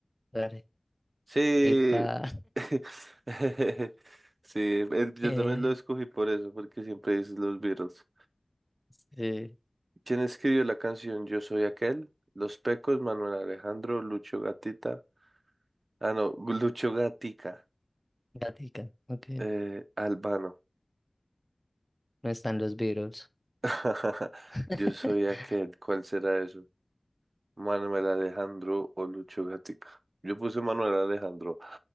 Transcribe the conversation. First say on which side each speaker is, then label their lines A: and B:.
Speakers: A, in the centre; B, on the right (about 85°).
A: Dale.
B: Sí.
A: Epa,
B: <laughs> Sí, el- yo
A: <laughs> eh,
B: también lo escogí por eso, porque siempre dices los Beatles.
A: sí,
B: ¿Quién escribió la canción Yo soy aquel? Los Pecos, Manuel Alejandro, Lucho Gatita. Ah, no, <laughs> Lucho Gatica.
A: gatica, ok.
B: Eh, Albano.
A: No están los Beatles.
B: <laughs>
A: <laughs>
B: Yo soy aquel. ¿Cuál será eso? Manuel Alejandro o Lucho Gatica. Yo puse Manuel Alejandro.